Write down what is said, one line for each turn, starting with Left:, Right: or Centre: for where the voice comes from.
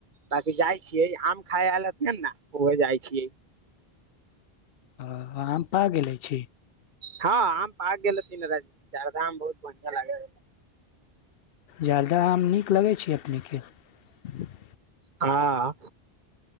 Right: बाकि जाइ छियै आम खााय आयल हेथिन ने उह जाइ छियै
Left: हँ आम् पाइक गेले छी
Right: हँ आम पक गेल त नी चारधाम बहुत बढ़आँ लागे
Left: जाल तऽ हम नीक लगै छी अपनेके ह <inaudible>
Right: हँ